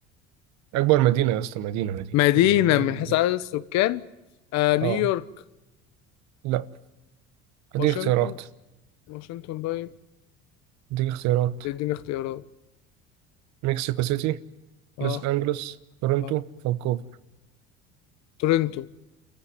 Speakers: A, on the right; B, on the left.
A: اكبر مدينه يا اسطى مدينه مدينه
B: مدينة
A: مدينه مدينه
B: من
A: مدينه
B: حيث عدد السكان آه نيويورك
A: اه لا اديك
B: واشنطن
A: اختيارات
B: واشنطن طيب
A: اديك اختيارات
B: اديني اختيارات
A: مكسيكو سيتي
B: اه
A: لوس أنجلوس تورنتو
B: اه
A: فانكوفر
B: تورنتو